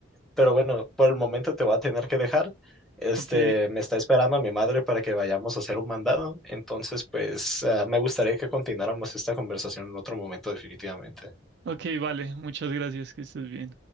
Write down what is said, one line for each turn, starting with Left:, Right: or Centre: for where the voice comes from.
Centre: Pero bueno, por el momento te voy a tener que dejar. Este,
Right: Ok,
Centre: me está esperando mi madre para que vayamos a hacer un mandado. Entonces, pues, ah, me gustaría que continuáramos esta conversación en otro momento, definitivamente.
Right: ok, vale, muchas gracias, que estés bien.